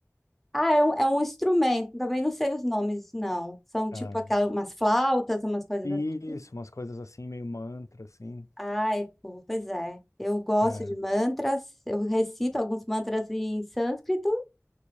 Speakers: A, in the centre; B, on the left (about 75°).
A: Ah, é um, é um instrumento. Também não sei os nomes, não. São tipo
B: É.
A: aquelas umas flautas, umas coisas
B: Isso,
A: assim.
B: umas coisas assim, meio mantra, assim.
A: Ai, pô, pois é. Eu gosto
B: É.
A: de mantras, eu recito alguns mantras em sânscrito